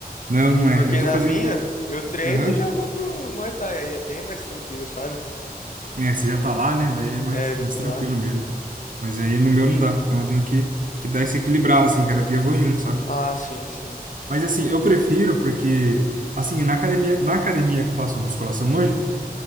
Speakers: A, on the right; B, on the left.
A: Não, não é.
B: Porque
A: Eu tô
B: na
A: fazendo.
B: minha, eu treino
A: Aham.
B: e já vou pro Muay Thai, aí é bem mais tranquilo, sabe?
A: É, você já tá lá, né? Daí é mais,
B: É, já
A: mais
B: tô
A: tranquilo
B: lá.
A: mesmo. Mas aí no meu não dá. Então eu tenho que, que dar esse equilibrado, assim, cada dia eu vou em um, sabe?
B: Ah, sim, sim.
A: Mas assim, eu prefiro porque, assim, na academia, na academia que eu faço musculação hoje,